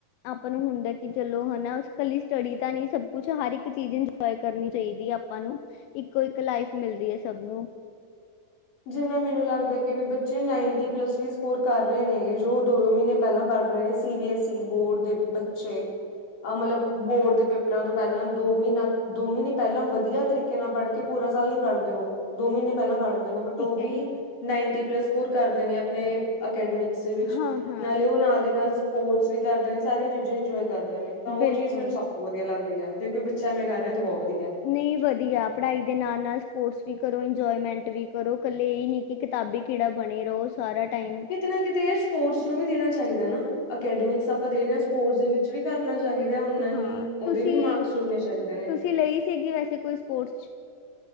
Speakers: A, on the left (about 85°); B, on the left (about 65°).
A: ਆਪਾਂ ਨੂੰ ਹੁੰਦਾ ਕਿ ਚਲੋ ਹਨਾ ਕੱਲੀ ਸਟੱਡੀ ਤਾਂ ਨੀ ਸਭ ਕੁਛ ਹਰ ਇੱਕ ਚੀਜ਼ ਇੰਜੋਏ ਕਰਨੀ ਚਾਹੀਦੀ ਆਪਾਂ ਨੂੰ ਇੱਕੋ ਇੱਕ ਲਾਈਫ ਮਿਲਦੀ ਹੈ ਸਭ ਨੂੰ
B: ਜਿਨਾ ਮੈਨੂੰ ਲੱਗਦਾ ਕਿ ਵੀ ਬੱਚੇ ਨਾਈਨਟੀ ਪਲੱਸ ਵੀ ਸਕੋਰ ਕਰ ਰਹੇ ਨੇ ਗਏ ਜੋ ਦੋ ਦੋ ਮਹੀਨੇ ਪਹਿਲਾਂ ਪੜ੍ਹ ਰਹੇ ਸੀ ਸੀ ਬੀ ਐਸ ਸੀ ਬੋਰਡ ਦੇ ਬੱਚੇ ਆ ਮਤਲਬ ਬੋਰਡ ਦੇ ਪੇਪਰਾਂ ਤੋਂ ਪਹਿਲਾਂ ਦੋ ਮਹੀਨਾ ਦੋ ਮਹੀਨੇ ਪਹਿਲਾਂ ਵਧੀਆ ਤਰੀਕੇ ਨਾਲ ਪੜ੍ਹ ਕੇ ਪੂਰਾ ਸਾਲ ਨੀ ਪੜ੍ਹਦੇ ਓ ਦੋ ਮਹੀਨੇ ਪਹਿਲਾਂ ਪੜ੍ਹਦੇ ਨੇ ਉਹ ਵੀ
A: ਹੈ, ਠੀਕ ਹੈ।
B: ਨਾਈਨ, ਟੀ ਪਲੱਸ ਸਕੋਰ ਕਰਦੇ ਨੇ ਆਪਣੇ ਅਕੈਡਮਿਕ, ਵਿੱਚ
A: ਹਾਂ-ਹਾਂ,
B: ਨਾਲੇ ਉਹ ਨਾਲ ਦੀ ਨਾਲ ਸਪੋਰਟਸ ਵੀ ਕਰਦੇ ਨੇ, ਸਾਰੇ ਚੀਜ਼ਾਂ ਇੰਜੋਏ, ਕਰਦੇ ਨੇ ਤਾਂ ਉਹ
A: ਬਿਲਕੁਲ।
B: ਚੀਜ਼ ਮੈਨੂੰ ਸਭ ਤੋਂ ਵਧੀਆ ਲੱਗਦ ਦੀ ਜੇ ਕੋਈ ਬੱਚਾਂ ਐਵੇਂ ਕਰ ਰਿਹਾ ਤਾਂ ਬਹੁਤ ਵ
A: ਨਹੀਂ ਵਧੀਆ ਪੜ੍ਹਾਈ ਦੇ ਨਾਲ ਨਾਲ ਸਪੋਰਟਸ, ਵੀ ਕਰੋ ਇੰਜੋਏਮੈਂਟ ਵੀ ਕਰੋ ਇਕੱਲੇ ਇਹ ਨਹੀਂ ਕਿ ਕਿਤਾਬੀ ਕੀੜਾ ਬਣੇ ਰਹੋ। ਸਾਰਾ ਟਾਈਮ।
B: ਕਿਤੇ ਨਾ ਕਿਤੇ ਇਹ ਸਪੋਰਟਸ ਨੂੰ ਵੀ ਦੇਣਾ ਚਾਹੀਦਾ ਨਾ, ਅਕੈਡਮਿਕਸ ਆਪਾਂ ਦੇ ਰਹੇ ਹਾਂ ਸਪੋਰਟਸ ਦੇ ਵਿੱਚ ਵੀ ਕਰਨਾ ਚਾਹੀਦਾ ਓਨਾ ਹੀ
A: ਹਾਂ,
B: ਉਹਦੇ
A: ਤੁਸੀਂ
B: ਵੀ ਮਾਰਕਸ ਜੁੜਨੇ ਚਾਹੀਦੇ ਨੇ,
A: ਤੁਸੀਂ ਲਈ ਸੀਗੀ ਵੈਸੇ ਕੋਈ ਸਪੋਰਟਸ 'ਚ?